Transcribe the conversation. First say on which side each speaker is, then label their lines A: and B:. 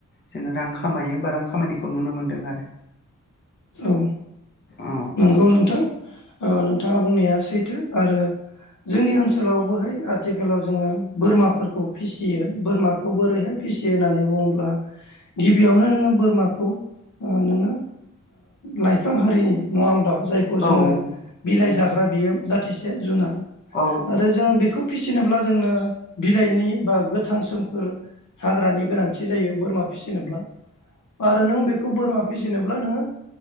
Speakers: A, on the left; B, on the left.
A: जोङो रां खामायो बा रां खामायनायखौ नुनो मोन्दों आरो
B: औ
A: औ
B: नंगौ नोंथां नोंथाङा बुंनाया सैथो आरो जोंनि ओनसोलावबोहाय आथिखालाव जोङो बोरमाफोरखौ फिसियो बोरमाखौ बोरैहाय फिसियो होननानै बुङोब्ला गिबियावनो नोङो बोरमाखौ नोङो लाइफां हारिनि नङा होमब्ला जायखौ जोङो
A: औ
B: बिलाइ
A: नंगौ
B: जाग्रा बियो जाथिसे जुनार
A: औ
B: आरो जोङो बेखौ फिसिनोब्ला जोंनो बिलाइनि बा गोथां सोमखोर हाग्रानि गोनांथि जायो बोरमा फिसिनोब्ला आरो नों बेखौ बोरमा फिसिनोब्ला नोङो